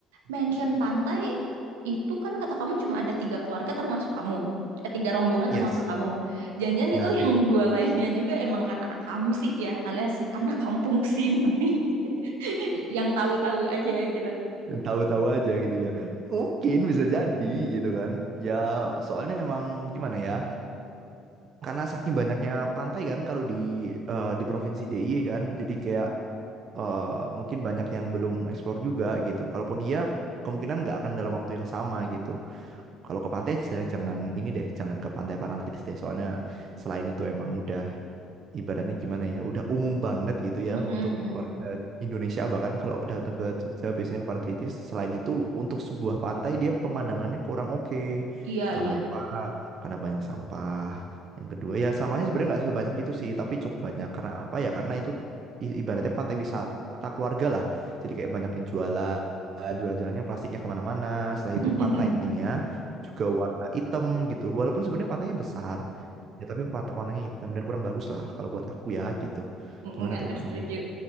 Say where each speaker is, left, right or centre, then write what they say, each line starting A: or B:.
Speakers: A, on the right; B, on the right.
A: mention pantai itu kan kata kamu cuma ada tiga keluarga termasuk kamu. Eh, tiga rombongan
B: Yes
A: termasuk kamu. Jangan-jangan
B: Benar,
A: itu yang <laughs> dua lainnya juga emang karena akamsi ya, alias anak kampung sini <laughs> yang tahu-tahu aja gitu.
B: tahu-tahu aja gitu ya. Mungkin bisa jadi gitu kan. Ya, soalnya emang gimana ya? karena saking banyaknya pantai kan kalau di eh, di provinsi DIY kan jadi kayak eh, mungkin banyak yang belum eksplor juga gitu kalaupun iya kemungkinan nggak akan dalam waktu yang sama gitu kalau ke pantai aja jangan ini deh jangan ke pantai Parantritis deh soalnya selain itu emang udah ibaratnya gimana ya, udah umum banget gitu ya
A: Mm-mm.
B: untuk warga Indonesia bahkan kalau datang ke Jogja biasanya ke Pantai Tritis. Selain itu untuk sebuah pantai dia pemandangannya kurang oke.
A: Iya, iya.
B: Kenapa? Karena banyak sampah. Yang kedua ya sampahnya sebenarnya nggak sebanyak itu sih, tapi cukup banyak. Karena apa ya? Karena itu i- ibaratnya pantai wisata keluarga lah. Jadi kayak banyak yang jualan, jualan-jualannya plastiknya kemana-mana. Setelah
A: <laughs>
B: itu pantainya juga warna hitam gitu. Walaupun sebenarnya pantainya besar, Ya tapi pat- warnanya hitam dan kurang bagus lah kalau buat aku ya gitu.
A: Mm-mm,
B: Gimana
A: Aku
B: tuh Kak
A: setuju.
B: Nomi?